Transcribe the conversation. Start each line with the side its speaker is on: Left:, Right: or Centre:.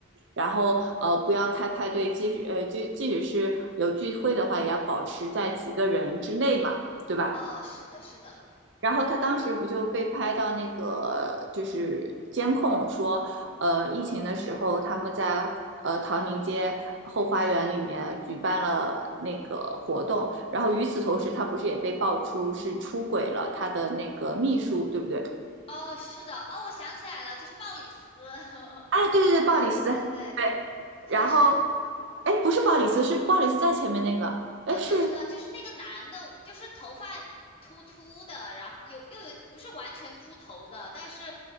Right: 然后呃不要开派对，即使呃就即使是有聚会的话，也要保持在几个人之内嘛，对吧？
Left: 哦，是的，是的。
Right: 然后他当时不就被拍到那个就是监控说，呃，疫情的时候他们在呃唐宁街后花园里面举办了那个活动，然后与此同时，他不是也被爆出是出轨了他的那个秘书，对不对？
Left: 哦，是的。哦，我想起来了，就是鲍里斯。<laughs>
Right: 哎，对对对，鲍里斯，
Left: 对对对对，
Right: 对，
Left: 确实，
Right: 然后哎，不是鲍里斯，是鲍里斯在前面那个，
Left: 呃，
Right: 哎是。
Left: 我知道，就是那个男的，就是头发秃秃的，然后有又有不是完全秃头的，但是